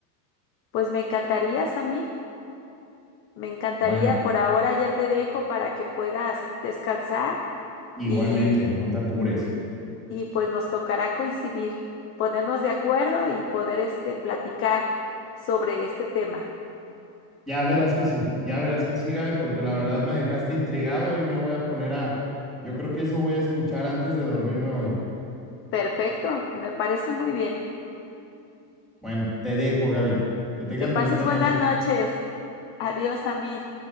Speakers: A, on the left; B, in the centre.
A: pues me encantaría, Samir, me encantaría.
B: Bueno,
A: Por ahora ya te dejo para que puedas descansar
B: igualmente,
A: y,
B: no te apures.
A: y pues nos tocará coincidir, ponernos de acuerdo y poder este platicar sobre este tema.
B: Ya verás que sí, ya verás que sí, Gaby, porque la verdad me dejaste intrigado y me voy a poner a... Yo creo que eso voy a escuchar antes de dormirme hoy.
A: Perfecto, me parece muy bien.
B: Bueno, te dejo, Gaby. Que tengas
A: Que pases
B: bonita
A: buenas
B: noche.
A: noches. Adiós, Samir.